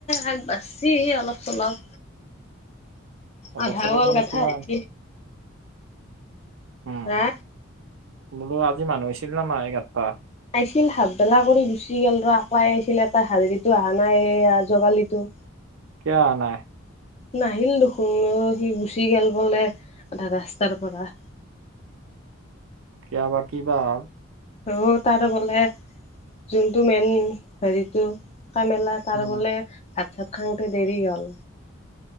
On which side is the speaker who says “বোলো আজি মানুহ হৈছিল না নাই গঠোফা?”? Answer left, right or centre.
Right